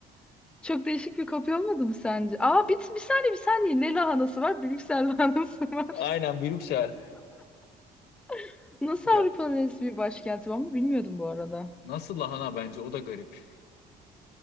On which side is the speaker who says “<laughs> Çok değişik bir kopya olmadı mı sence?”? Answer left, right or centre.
Centre